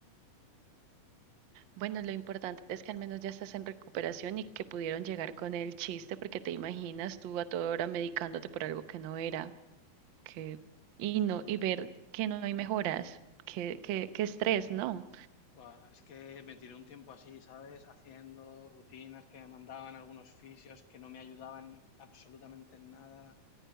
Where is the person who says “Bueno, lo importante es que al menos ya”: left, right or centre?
Right